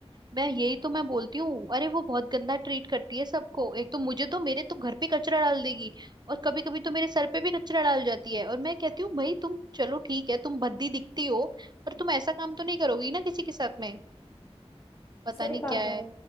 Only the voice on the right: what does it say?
मैं यही तो मैं बोलती हूँ अरे वो बहुत गंदा ट्रीट करती है सबको एक तो मुझे तो मेरे तो घर पे कचरा डाल देगी और कभी कभी तो मेरे सर पे भी कचरा डाल जाती है और मैं कहती हूँ भाई तुम चलो ठीक है तुम भद्दी दिखती हो पर तुम ऐसा काम तो नहीं करोगी ना किसी के साथ में पता
नहीं
क्या